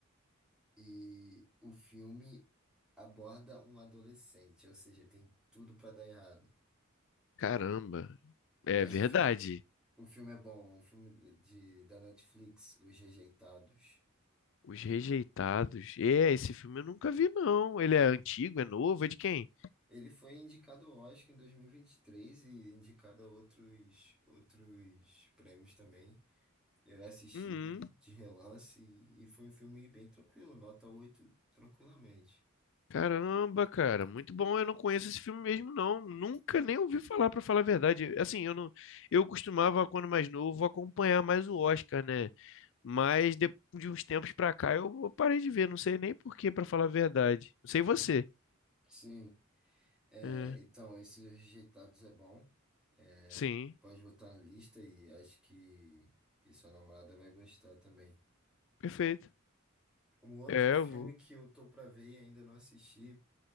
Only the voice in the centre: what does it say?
e o filme aborda um adolescente, ou seja, tem tudo pra dar errado.
Mas
o filme O filme é bom, é um filme de, da Netflix, Os Rejeitados.
Ele foi indicado ao Oscar em 2023 e vinte e três e indicado a outros, outros prêmios também. Eu assisti
de relance e, e foi um filme bem tranquilo, nota 8 tranquilamente.
Sim, é,
então, esses Rejeitados é bom. É,
pode botar na lista e acho que, que sua namorada vai gostar também.
Um outro
filme
que eu tô pra ver e ainda não assisti.